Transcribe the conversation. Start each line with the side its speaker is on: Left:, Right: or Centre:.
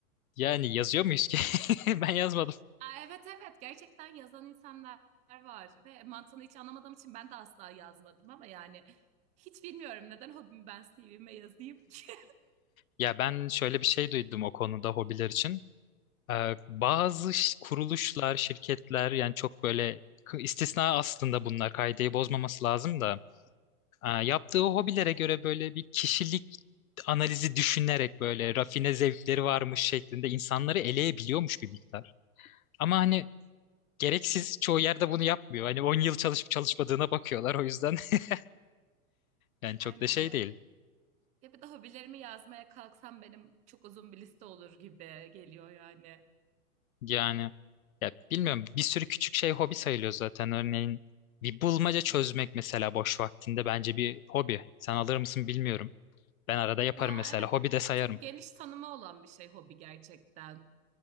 Left: Yani yazıyor muyuz ki? <laughs> Ben yazmadım.
Right: Aa, evet evet gerçekten yazan insanlar var ve mantığını hiç anlamadığım için ben de asla yazmadım ama yani hiç bilmiyorum neden hobimi ben CV'me yazayım ki.
Left: Ya ben şöyle bir şey duydum o konuda hobiler için. Ee, bazı ş- kuruluşlar, şirketler yani çok böyle k- istisna aslında bunlar kaideyi bozmaması lazım da e, yaptığı hobilere göre böyle bir kişilik analizi düşünerek böyle rafine zevkleri varmış şeklinde insanları eleyebiliyormuş bir miktar. Ama hani gereksiz. Çoğu yerde bunu yapmıyor. Hani 10 yıl çalışıp çalışmadığına bakıyorlar o yüzden. <laughs>
Right: <laughs>
Left: Yani çok
Right: Aynen
Left: da şey
Right: yani.
Left: değil.
Right: Ya bir de hobilerimi yazmaya kalksam benim çok uzun bir liste olur gibi geliyor yani.
Left: Yani ya bilmiyorum bir sürü küçük şey hobi sayılıyor zaten. Örneğin bir bulmaca çözmek mesela boş vaktinde bence bir hobi. Sen alır mısın bilmiyorum. Ben arada yaparım
Right: Ya
Left: mesela.
Right: evet
Left: Hobi de sayarım.
Right: çok geniş tanımı olan bir şey hobi gerçekten.